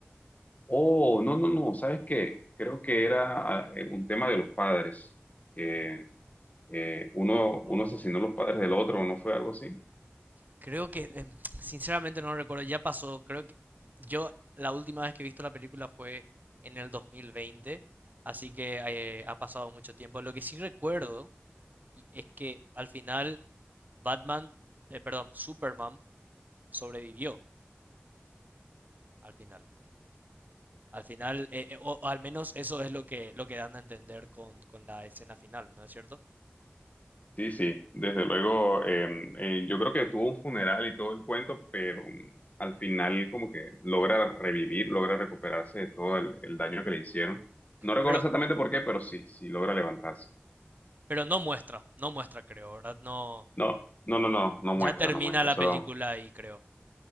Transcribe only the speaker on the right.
Oh.
Creo que, eh, sinceramente no recuerdo, ya pasó, creo que yo la última vez que he visto la película fue en el 2020, así que eh, ha pasado mucho tiempo. Lo que sí recuerdo y- es que al final Batman, eh, perdón, Superman sobrevivió al final. Al final, eh, eh, o, o al menos eso es lo que, lo que dan a entender con, con la escena final, ¿no es cierto?
Pero,
pero no muestra, no muestra, creo, ¿verdad? No,
ya termina
la
película ahí, creo.